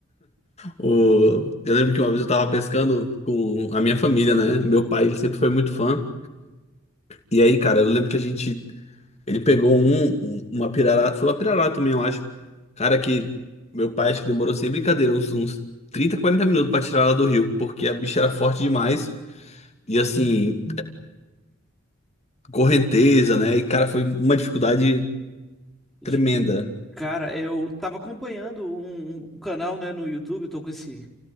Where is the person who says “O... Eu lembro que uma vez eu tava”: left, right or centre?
Left